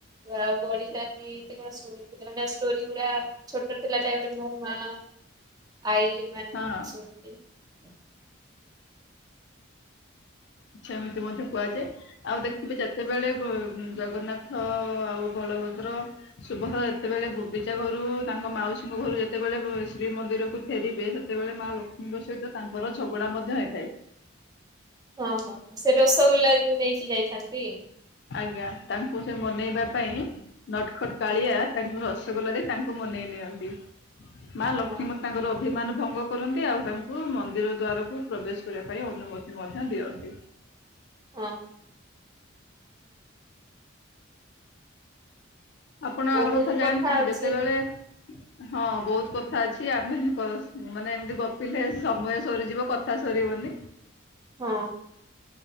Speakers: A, on the right; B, on the left.
A: ଆଉ ଗିଲ ନାହିଁ ଏମତି କଣ ଶୁଣିଥିଲେ ମାନେ ଷ୍ଟୋରି ଗୁଡା ଛୋଟ ଥିଲା ଟାଇମ୍ ରେ ମୋ ମା ଆଇ ଏମାନେ
B: ହଁ।
A: ସ
B: ସେମିତି ମଧ୍ୟ କୁହାଯାଏ। ଆଉ ଦେଖିବେ ଯେତେବେଳେ ବ ଜଗନ୍ନାଥ ଆଉ ବଳ ସୁଭଦ୍ର ସୁଭଦ୍ରା ଯେତେବେଳେ ଗୁଣ୍ଡିଚା ଘରୁ ତାଙ୍କ ମାଉସୀଙ୍କ ଘରୁ ଯେତେବେଳେ ବ ଶ୍ରୀମନ୍ଦିରକୁ ଫେରିବେ ସେତେବେଳେ ମା ଲକ୍ଷ୍ମୀଙ୍କ ସହିତ ତାଙ୍କର ଝଗଡା ମଧ୍ୟ ହେଇଥାଏ।
A: ହଁ ହଁ ହଁ ସେ ରସଗୋଲା ଯୋଉ ନେଇକି ଯାଇଥାନ୍ତି।
B: ଆଜ୍ଞା ତାଙ୍କୁ ସେ ମନେଇବା
A: ହଁ
B: ପାଇଁ ନଟ ଖଟ
A: ହଁ
B: କାଳିଆ ତାଙ୍କୁ ରସଗୋଲାରେ ତାଙ୍କୁ ମନେଇ ନିଅନ୍ତି ମା
A: ହଁ
B: ଲକ୍ଷ୍ମୀ
A: ହଁ ହଁ
B: ମା ତାଙ୍କର ଅଭିମାନ ଭଙ୍ଗ କରନ୍ତି ଆଉ ତାଙ୍କୁ ମନ୍ଦିର ଦ୍ଵାରକୁ ପ୍ରବେଶ କରିବା ପାଇଁ ଅନୁମତି ମଧ୍ୟ ଦିଅନ୍ତି।
A: ହଁ।
B: ଆପଣ ଆଉ
A: ବହୁତ
B: ଗୋଟେ କଥା ଜାଣିଛନ୍ତି
A: ଅଛି
B: ଯେତେବେଳେ ହଁ ବହୁତ କଥା ଅଛି ଆମେ କ ମାନେ ଏମିତି ଗପିଲେ ସମୟ ସରିଯିବ କଥା ସରିବନି।
A: ହଁ।